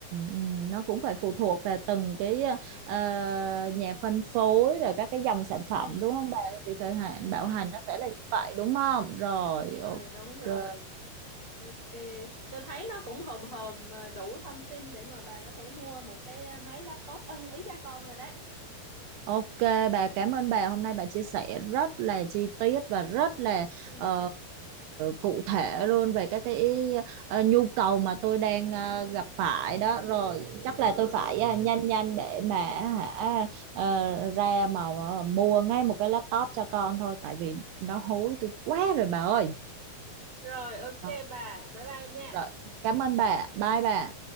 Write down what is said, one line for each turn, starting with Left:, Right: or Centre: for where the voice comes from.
Right: ừm, nó cũng phải phụ thuộc vào từng cái ờ, ờ, nhà phân phối rồi các cái dòng sản phẩm
Left: ừ
Right: đúng không bà thì thời hạn
Left: ừ
Right: bảo
Left: ừ
Right: hành nó sẽ là như vậy đúng không rồi
Left: ừ
Right: ok
Left: đúng rồi ok tôi thấy nó cũng hòm hòm ờ, đủ thông tin để mà bà có thể mua một cái ờ, máy laptop ưng ý cho con rồi đấy
Right: Ok bà cảm ơn bà hôm nay bà chia sẻ rất là chi tiết và rất là
Left: ừ
Right: ờ, cụ thể luôn về các cái ờ, nhu cầu mà tôi đang ờ, gặp phải đó rồi chắc là
Left: ừ
Right: tôi phải ờ, nhanh nhanh để mà hả ờ, ra mà, mà mua ngay một cái laptop cho con thôi tại vì nó hối tôi quá rồi bà ơi
Left: rồi ok
Right: Ờ,
Left: bà bye bye nha
Right: rồi cảm ơn bà bye bà